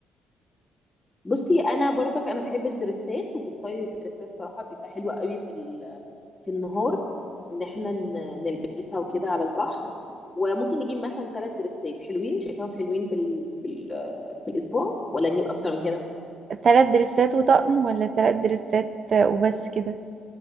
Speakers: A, on the left; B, on the right.
A: بصي انا برضك انا بحب الدرسات وبستايل الدرسات صراحه بيبقى حلو قوي في ال- في النهار ان احنا ن- نلبسها وكده على البحر وممكن نجيب مثلا ثلاث درسات حلوين شايفاهم حلوين في ال في ال في الاسبوع ولا نجيب اكتر من كده
B: تلات دريسات وطقم ولا تلات دريسات وبس كده